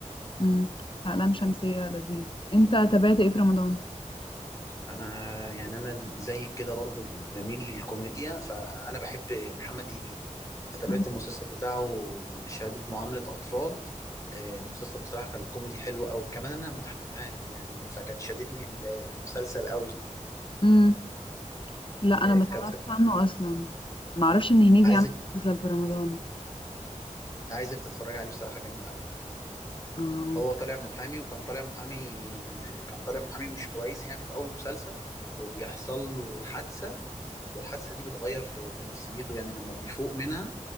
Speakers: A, on the left; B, on the left.
A: مم. لا لام شمسية لذيذ انت تابعت ايه في رمضان؟
B: انا يعني انا زي كده برضو بميل للكوميديا فانا بحب محمد هنيدي فتابعت
A: مم.
B: المسلسل بتاعه شهادة معاملة اطفال آه، المسلسل بصراحة كان كوميدي حلو قوي كمان انا محامي يعني فكان شاددني المسلسل قوي
A: مم. لا أنا
B: آه،
A: ما
B: كانت
A: سمعتش عنه أصلا معرفش إن هنيدي
B: عايزك
A: عمل مسلسل في رمضان
B: عايزك تتفرج عليه الصراحة جميل قوي
A: اه
B: هو طالع محامي وكان طالع محامي كان طالع محامي مش كويس يعني في أول المسلسل وبيحصل له حادثة والحادثة دي بتغير في, في نفسيته يعني لما بيفوق منها